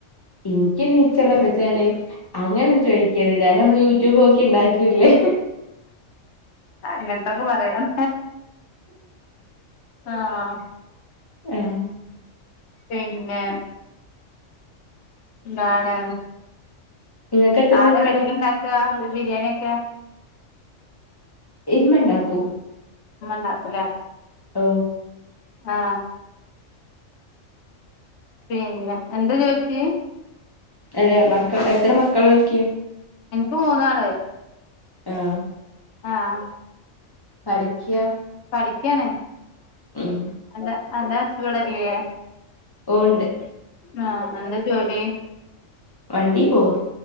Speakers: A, on the left; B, on the left.
A: എനിക്ക്നിച്ചള്ളപ്പച്ചാല് അങ്ങനും ചോദിക്കരുത് കാരണം നമ്മള് യൂട്യൂബ് നോക്കി ഉണ്ടാക്കിയല്ലേ
B: ആഹ് ഇങ്ങനത്തൊക്കെ പറയണം ആഹ്
A: ആഹ്
B: പിന്നെ എന്താണ്
A: നിങ്ങൾക്ക് എത്ര
B: ആര
A: മക്കളാ
B: വെജ്ലുണ്ടാക്കുക ബിരിയാണിയൊക്കെ
A: ഇമ്മ ഉണ്ടാക്കും
B: ഇമ്മ ഉണ്ടാക്കും ല്ലേ
A: ഓ
B: ആഹ് പിന്നെ എന്താ ചോയിച്ച്
A: അല്ലെ മക്കൾ എത്ര മക്കളോയ്ക്ക്
B: എൻക്ക് മൂന്നാള്
A: ആഹ്
B: ആഹ്
A: പഠിക്യാ
B: പഠിക്കാണ്
A: ഉം
B: അത അഗാസ് ഇവടല്ലിയെ
A: ഓ ഒണ്ട്
B: ങാ എന്താ ജോലി
A: വണ്ടി പോർ